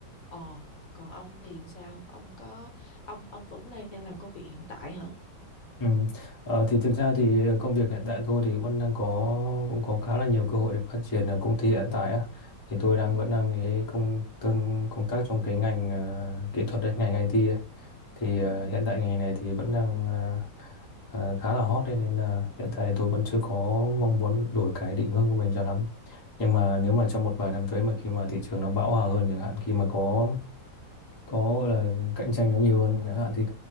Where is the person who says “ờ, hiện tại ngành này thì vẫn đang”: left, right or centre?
Left